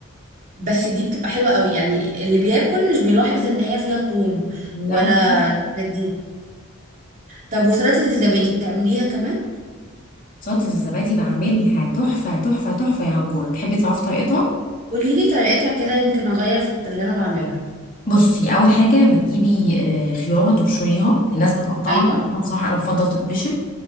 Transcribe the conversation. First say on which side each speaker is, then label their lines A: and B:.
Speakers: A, on the right; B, on the left.
A: بس دي بتبقى حلوة قوي يعني اللي بياكل مش بيلاحظ ان هي فيها توم
B: ان
A: ولا
B: انا
A: الحاجات دي طب وسلطة الزبادي بتعمليها كمان
B: سلطة الزبادي بعملها تحفة تحفة تحفة يا هجورة تحبي تعرفي طريقتها؟
A: قولي لي طريقتها كده يمكن اغير في اللي انا بعملها
B: بصي أول حاجة بتجيبي آه، خيارة تبشريها الناس بتقطعها
A: ايوه
B: بس أنا بصراحة أنا بفضل تتبشر